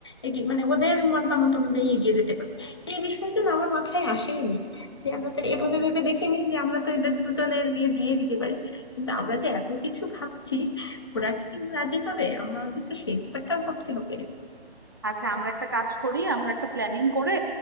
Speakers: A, on the left; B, on the right.
A: এগিয়ে মানে ওদের মতামত অনুযায়ী এগিয়ে যেতে পারে এই বিষয়টা না আমার মাথায় আসেইনি যে আমরা তো এভাবে ভেবে দেখিনি যে আমরা তো এদের দুজনের বিয়ে দিয়ে দিতে পারি কিন্তু আমরা যে এত কিছু ভাবছি ওরা কি রাজি হবে আমরা ওদের তো সেই ব্যাপারটাও ভাবতে হবে
B: আচ্ছা আমরা একটা কাজ করি আমরা একটা প্ল্যানিং করে